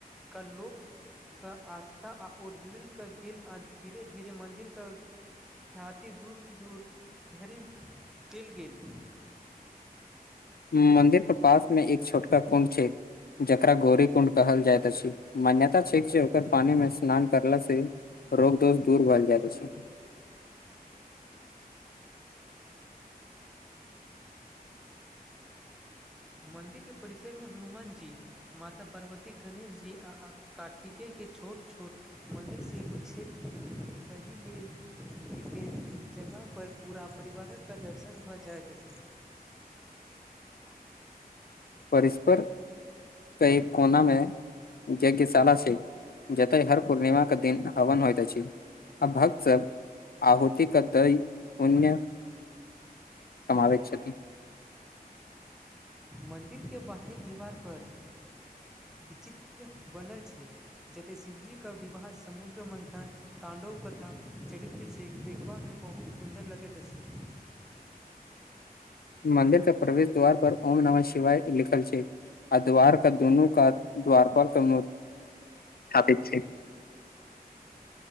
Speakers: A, in the centre; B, on the left.
A: क लोक के आस्था आ ओर दृढ़ के गेल आ धीरे धीरे मंन्दिर क ख्याति दूर दूर धरि चईल गेल।
B: मंन्दिर के पास में एक छोटका कुण्ड छै। जकरा गौरी कुंड कहल जाइत अछि, मान्यता छै जे ओकर पानी मे स्नान करला से रोग -दोस दूर भल जायत अछि।
A: मन्दिर के परिसरमे हनुमान जी, माता पार्वती, गणेशजी आ कार्तिके के छोट -छोट मन्दिर सेहो छै। तहि लेल के के जगहपर पूरा परिवारक दर्शन भऽ जाइत अछि!
B: परिस्पर, त एक कोना मे, यज्ञशाला से जते हर पूर्णिमा के दिन हवन होइत अछि! अब भक्त सब आहुुति क दय पुण्य, कमावइत छथि,
A: मंन्दिर के बाहरी दीवार पर विचित्र बनल छै! जते शिवजीके विवाह समुद्र मन्थन, ताण्डव कथा चरित्र छिय देखबामे बहुत सुन्दर लगैत अछि!
B: मन्दिर के प्रवेश द्वार पर ॐ नमः शिवाय लिखल छै! आ द्वार क दुनू कात द्वारपाल मूर्ति स्थापित छै